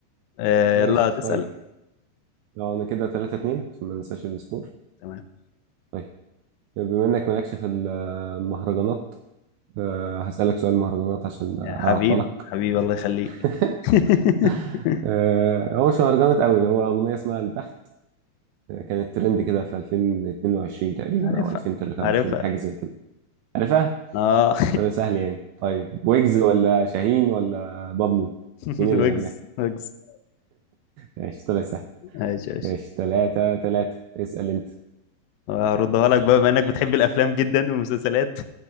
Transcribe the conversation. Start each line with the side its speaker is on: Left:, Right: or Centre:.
Left: آه،
Right: ماشي
Left: يلا تسأل
Right: طيب لو انا كده 3 2 عشان ما ننساش السكور
Left: تمام
Right: طيب بما انك مالكش في المهرجانات أه هسألك سؤال مهرجانات عشان
Left: يا حبيبي
Right: أعطلك
Left: حبيبي الله يخليك
Right: <laughs>
Left: <laughs>
Right: أه هو مش مهرجانات قوي هو أغنية اسمها البخت آه، كانت ترند كده في 2022 تقريبا
Left: عارفها
Right: أو 2023
Left: عارفها
Right: حاجة زي كده عارفها؟
Left: اه
Right: طريقة سهل يعني طيب ويجز ولا شاهين ولا بابلو
Left: <laughs>
Right: مين اللي
Left: ويجز
Right: غناها؟
Left: ويجز
Right: ماشي طلع سهل
Left: ايش ايش
Right: ماشي تلاتة تلاتة اسأل أنت
Left: هردها لك بقى بما انك بتحب الافلام جدا والمسلسلات